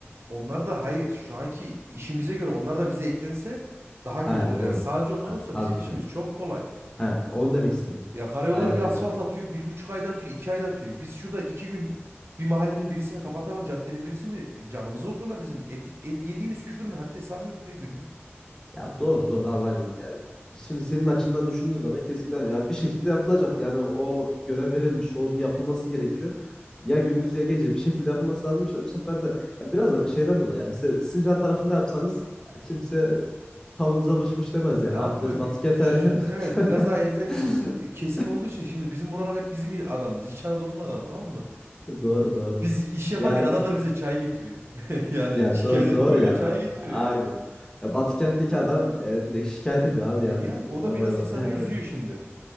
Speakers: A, on the right (about 65°); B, on the left (about 15°).
A: onlar da hayır. Şu anki işimize göre onlar da bize eklense daha
B: Ha
A: kötü olur.
B: doğru.
A: Yani sadece onlar
B: Ha,
A: olsa
B: tabii
A: bizim
B: ki.
A: işimiz çok kolay.
B: Ha onu demek istedim.
A: Ya karayollar
B: Aynen aynen.
A: bir asfalt atıyor. Bir buçuk ayda atıyor. iki ayda atıyor. Biz şurada iki gün bir mahallenin birisini kapatalım. Caddenin birisini canımızı okuyorlar bizim. Et, et yediğimiz küfürün haddi hesabı yok ya günlük.
B: Ya doğru doğru abi hani ya şimdi senin açından düşündüğün zaman kesinlikle ya bir şekilde yapılacak. Yani o görev verilmiş, onun yapılması gerekiyor. Ya gündüz ya gece bir şekilde yapılması lazım işte bu sefer de ya biraz da şeyden dolayı ya mesela Sincan tarafında yapsanız ya kimse tavuğunuza kışmış demez
A: Yapmıyor.
B: yani abi biraz batık
A: Bir,
B: yeter.
A: ş- evet biraz daha entel
B: <laughs>
A: bir e, kesim olduğu için şimdi bizim buralar hep bizim adamımız. İç Anadolu'nun adamı tamam mı?
B: Doğru doğru.
A: Biz iş yaparken
B: Yani
A: adamlar bize çay getiriyor. <laughs> Yani
B: ya
A: şikayet
B: doğru,
A: etmiyor,
B: doğru yani
A: çay
B: abi.
A: getiriyor
B: Aynen.
A: yani.
B: Ya Batı kentteki adam e, direkt şikayet ediyor abi
A: E
B: yani
A: yani o da
B: normal
A: biraz
B: olarak.
A: insanı
B: Ya,
A: üzüyor şimdi.